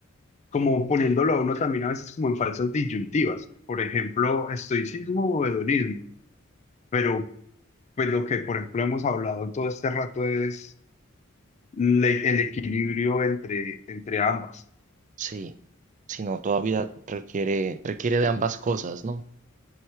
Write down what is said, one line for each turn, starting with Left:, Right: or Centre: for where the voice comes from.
Left: como poniéndolo a uno también a veces como en falsas disyuntivas. Por ejemplo, estoicismo o hedonismo. Pero pues lo que, por ejemplo, hemos hablado todo este rato es le- el equilibrio entre, entre ambas.
Right: sí, sino todavía requiere, requiere de ambas cosas, ¿no?